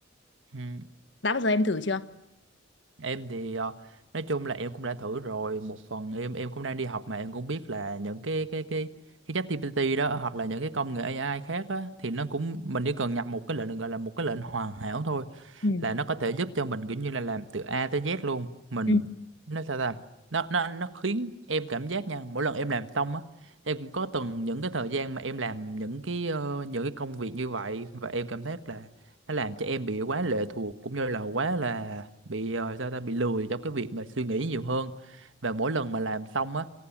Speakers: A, on the right; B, on the left.
A: Ừ.
B: đã bao giờ em thử chưa
A: Em thì ờ, nói chung là em cũng đã thử rồi một phần em em cũng đang đi học mà em cũng biết là những cái cái cái cái ChatGPT đó hoặc là những cái công nghệ AI khác á thì nó cũng mình chỉ cần nhập một cái lệnh gọi là một cái lệnh hoàn hảo thôi
B: ừ
A: là nó có thể giúp cho mình kiểu như là làm từ A tới Z luôn mình
B: ừ
A: nó sao ta nó nó nó khiến em cảm giác nha mỗi lần em làm xong á em cũng có từng những cái thời gian mà em làm những cái ờ, những cái công việc như vậy và em cảm giác là nó làm cho em bị quá lệ thuộc cũng như là quá là bị ờ, sao ta bị lười trong cái việc mà suy nghĩ nhiều hơn và mỗi lần mà làm xong á